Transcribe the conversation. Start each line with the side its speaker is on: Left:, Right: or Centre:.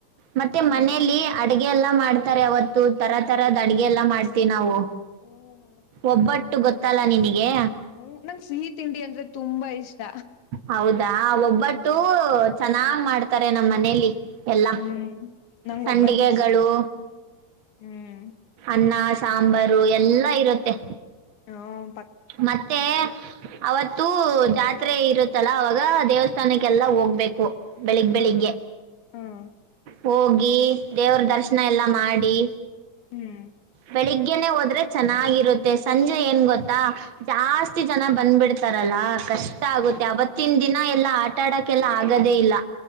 Right: ಮತ್ತೆ
Left: ಹ್ಮ್
Right: ಮನೆಲಿ ಅಡುಗೆ ಗೆ ಎಲ್ಲ ಮಾಡ್ತಾರೆ ಅವತ್ತು ತರ ತರದ ಅಡಗೆ ಎಲ್ಲಾ ಮಾಡ್ತಿವಿ ನಾವು
Left: ಹ್ಮ್
Right: ಒಬ್ಬಟ್ ಟ್ಟು ಗೊತ್ತಲ್ಲ ನಿನಿಗೆ
Left: ಹ್ಮ ನಂಗ್ ಸಿಹಿ ತಿಂಡಿ ಅಂದ್ರೆ ತುಂಬಾ ಇಷ್ಟ
Right: ಹೌದಾ ಒಬ್ಬಟ್ಟು ಚೆನ್ನಾಗ್ ಮಾಡ್ತಾರೆ ನಮ್ಮ ಮನೇಲಿ ಎಲ್ಲಾ
Left: ಹ್ಮ್ ನಂಗ್
Right: ಸಂಡಿಗೆಗಳು
Left: ಒಬ್ಬಟ್ಟು ಇಷ್ಟ ಹ್ಮ್
Right: ಅನ್ನ ಸಾಂಬಾರು ಎಲ್ಲಾ ಇರುತ್ತೆ
Left: ಹ್ಮ್
Right: ಮತ್ತೆ ಅವತ್ತುೂ ಜಾತ್ರೆ ಇರುತ್ತಲ್ಲ ಅವಾಗ ದೇವಸ್ಥಾನಕ್ಕೆಲ್ಲಾ ಹೋಗ್ಬೇಕು ಬೆಳಿಗ್ ಬೆಳಿಗ್ಗೆ
Left: ಹ ಹ ಹ್ಮ್
Right: ಹೋಗಿ ದೇವ್ರ ದರ್ಶನ ಎಲ್ಲಾ ಮಾಡಿ
Left: ಹ್ಮ್
Right: ಬೆಳಿಗ್ಗೆನೆೇ ಹೋದ್ರೆ ಚೆನ್ನಾಗಿರುತ್ತೆ ಸಂಜೆ ಏನ್ ಗೊತ್ತಾ ಜಾಸ್ತಿ ಜನ ಬಂದ್ಬಿಡ್ತ ತರಲ್ಲಾ ಕಷ್ಟ ಆಗುತ್ತೆ ಅವತ್ತಿನ್ ದಿನ ಎಲ್ಲಾ ಆಟಾ ಆಡಕ್ಕೆೆಲ್ಲ ಆಗದೇ ಇಲ್ಲ